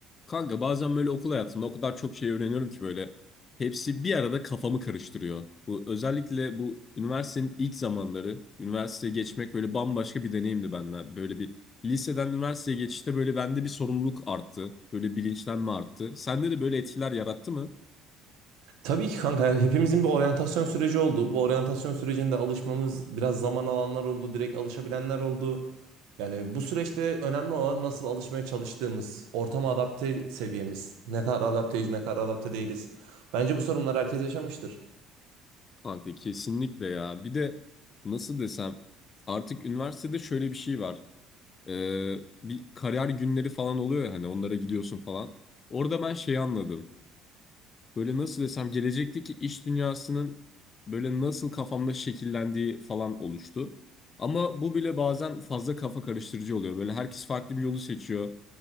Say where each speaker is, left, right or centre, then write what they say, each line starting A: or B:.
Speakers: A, on the left; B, on the right.
A: Kanka bazen böyle okul hayatında o kadar çok şey öğreniyorum ki böyle hepsi bir arada kafamı karıştırıyor. Bu özellikle bu üniversitenin ilk zamanları, üniversiteye geçmek böyle bambaşka bir deneyimdi bende. Böyle bir liseden üniversiteye geçişte böyle bende bir sorumluluk arttı. Böyle bilinçlenme arttı. Sende de böyle etkiler yarattı mı?
B: Tabii ki kanka hepimizin bir oryantasyon süreci oldu. Bu oryantasyon sürecinde alışmamız biraz zaman alanlar oldu, direkt alışabilenler oldu. Yani bu süreçte önemli olan nasıl alışmaya çalıştığımız, ortama adapte seviyemiz, ne kadar adapteyiz, ne kadar adapte değiliz. Bence bu sorunlar herkes yaşamıştır.
A: Kanka kesinlikle ya. Bir de nasıl desem artık üniversitede şöyle bir şey var. Ee, bir kariyer günleri falan oluyor ya hani onlara gidiyorsun falan. Orada ben şeyi anladım. Böyle nasıl desem gelecekteki iş dünyasının böyle nasıl kafamda şekillendiği falan oluştu. Ama bu bile bazen fazla kafa karıştırıcı oluyor. Böyle herkes farklı bir yolu seçiyor.